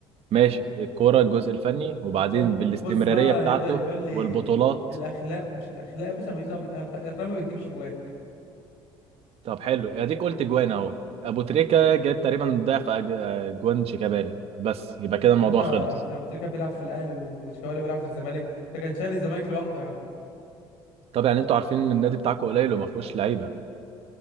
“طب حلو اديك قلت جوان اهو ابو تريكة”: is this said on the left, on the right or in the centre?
Right